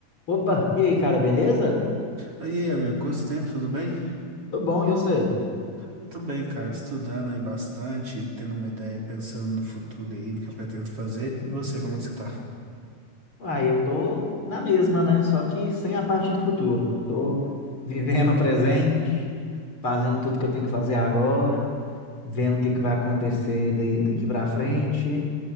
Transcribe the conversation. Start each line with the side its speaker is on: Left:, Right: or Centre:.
Left: Opa, e aí, cara, beleza?
Right: Oi, amigo, quanto tempo, tudo bem?
Left: Tô bom, e você?
Right: Eu tô bem, cara, estudando aí bastante, tendo uma ideia, pensando no futuro aí, no que eu pretendo fazer. E você, como é que você tá?
Left: Uai, eu tô na mesma, né? Só que sem a parte do futuro. Tô vivendo o presente, fazendo tudo que eu tenho que fazer agora, vendo o que que vai acontecer daí, daqui pra frente.